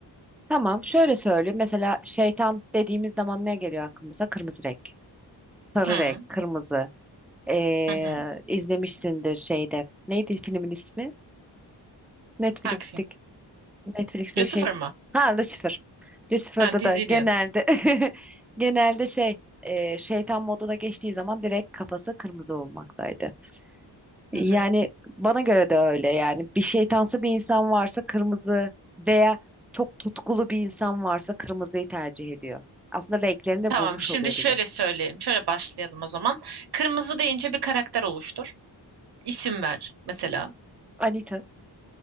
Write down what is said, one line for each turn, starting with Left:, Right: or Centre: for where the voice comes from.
Centre: Tamam. Şöyle söyleyeyim. Mesela şeytan dediğimiz zaman ne geliyor aklımıza? Kırmızı renk. Sarı
Right: Hı
Centre: renk, kırmızı. Ee,
Right: hı. hı.
Centre: izlemişsindir şeyde. Neydi filmin ismi? Netflix'te
Right: Hangi film?
Centre: Netflix'te
Right: Lucifer
Centre: şey
Right: mı?
Centre: ha Lucifer. Lucifer'da
Right: Ha, dizi
Centre: da genelde
Right: diyorsun.
Centre: <laughs> genelde şey e, şeytan moduna geçtiği zaman direkt kafası kırmızı olmaktaydı. Yani
Right: Hı hı.
Centre: bana göre de öyle yani bir şeytansı bir insan varsa kırmızı veya çok tutkulu bir insan varsa kırmızıyı tercih ediyor. Aslında renklerini de
Right: Tamam,
Centre: bulmuş
Right: şimdi
Centre: oluyor
Right: şöyle
Centre: bir de.
Right: söyleyelim. Şöyle başlayalım o zaman. Kırmızı deyince bir karakter oluştur. İsim ver mesela.
Centre: Anita.